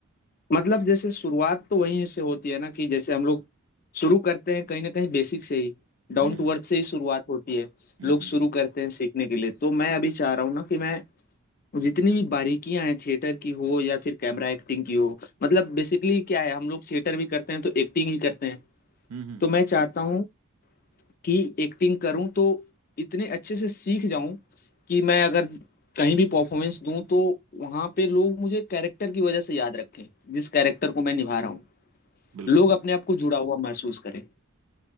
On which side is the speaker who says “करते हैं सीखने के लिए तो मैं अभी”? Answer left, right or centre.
Left